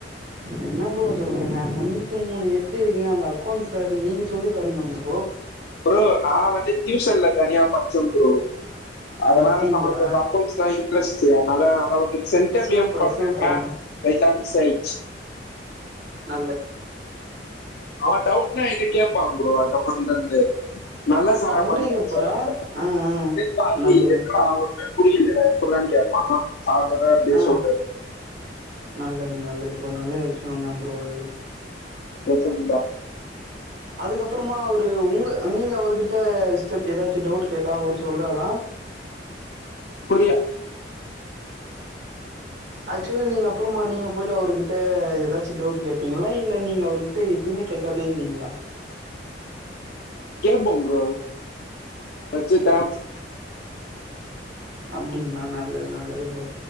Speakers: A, on the right (about 70°); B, on the left (about 60°).
A: என்ன ப்ரோ சொல்றீங்க தொண்ணூத்தி மூணு எடுத்திருக்கீங்க அந்த அக்கௌண்ட்ஸ் வேற நீங்க சொல்லி தரணு ப்ரோ
B: ப்ரோ நா வந்து டியூசன்ல தனியா படிச்ச ப்ரோ அதனால
A: அப்டிங்களா
B: நம்மளுக்கு அக்கௌன்ட்ஸ்ல இன்ட்ரெஸ்ட் அதனால அந்தளவுக்கு சென்டம்
A: சூப்பர்
B: ஏம் பண்ண
A: சூப்பர்
B: லைட்டா மிஸ் ஆயிச்சு
A: ந
B: அவ டவுட்ன என்ட கேப்பா ப்ரோ அதுக்கப்பறதுல இருந்து <unintelligible>
A: அவரே கேப்பாரா ஆ ஆ நல்லது
B: புரியல எப்பிட்றானு கேப்பா அவட அப்டியே
A: ஆ
B: சொல்லுவா
A: நல்லது நல்லது இப்ப நல்ல விஷ்யோ தா ப்ரோ இது
B: சேர் சேரி நண்பா
A: அதுக்கப்பறமா அவரு உங்க அ நீங்க அவருகிட்ட ஸ்டெப் எதாச்சு டவுட்டு கேட்டா அவரு சொல்றாரா
B: புரியா
A: ஆக்சுவலி நீங்க அப்பறமா நீங்க போயிட்டு அவருகிட்ட எதாச்சு டவுட்டு கேப்பீங்ளா இல்ல நீங்க அவருகிட்ட எதும் மே கேட்காதே இருந்தீங்ளா
B: கேப்போங் ப்ரோ வச்சி தா
A: அப்டிங்ளா நல்லது நல்லது ப்ரோ